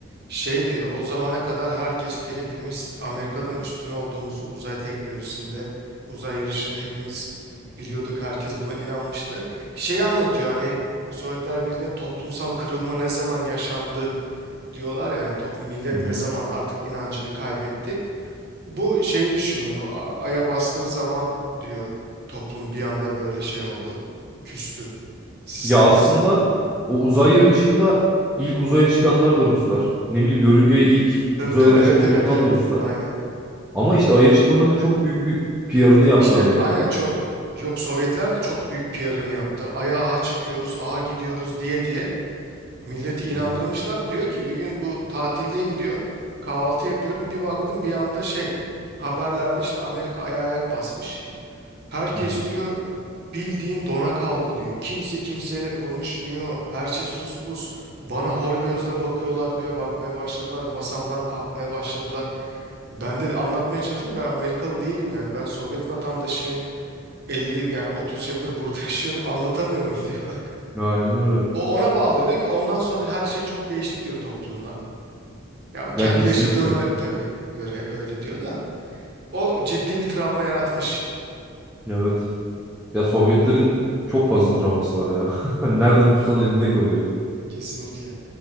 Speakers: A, on the right (about 50°); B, in the centre.
A: Şey diyor o zamana kadar herkes diyor hepimiz Amerika'dan üstün olduğumuzu uzay teknolojisinde uzay yarışında hepimiz biliyorduk herkes buna inanmıştı. Şeyi anlatıyor hani Sovyetler Birliği'nde toplumsal kırılma ne zaman yaşandı diyorlar yani top, millet
B: Hı hı.
A: ne zaman artık inancını kaybetti. Bu şeyi düşünüyor A- Ay'a bastığı zaman diyor toplum bir anda böyle şey oldu küstü sisteme.
B: Ya aslında o uzay yarışında ilk uzaya çıkanlar da Ruslar. Ne bileyim yörüngeye ilk
A: Tabii
B: uzay
A: tabii
B: aracını
A: evet
B: oturtan
A: evet evet
B: da Ruslar.
A: aynen.
B: Ama işte Ay'a çıkmanın da çok büyük bir PR'ını yaptı
A: İşte
B: Amerika.
A: aynen çok yok Sovyetler de çok büyük PR'ını yaptı. Ay'a aha çıkıyoruz, aha gidiyoruz diye diye milleti inandırmışlar.
B: Hı hı.
A: Diyor ki bir gün bu tatildeyim diyor. Kahvaltı yapıyorum. Bir baktım bir anda şey haberlerde işte Amerika aya ayak basmış. Herkes
B: Hı hı.
A: diyor bildiğin dona kaldı diyor. Kimse kimseyle konuşmuyor. Her şey sus pus. Bana hor gözle bakıyorlar diyor. Bakmaya başladılar. Masamdan kalkmaya başladılar. Ben de anlatmaya çalışıyorum. Ben Amerikalı değilim yani. Ben Sovyet vatandaşıyım. 50 yani 30 yıldır burada yaşıyorum anlatamıyorum <laughs> diyor.
B: Aynen öyle.
A: O ona bağlıyor diyor ki ondan sonra her şey çok değişti diyor toplumda. Ya kendi
B: Ya kesinlikle.
A: yaşadığına tabii göre öyle diyor da o ciddi bir travma yaratmış
B: Evet. Ya Sovyetlerin çok fazla travması var ya. <laughs> Nereden tutsan elinde kalıyor.
A: kesinlikle.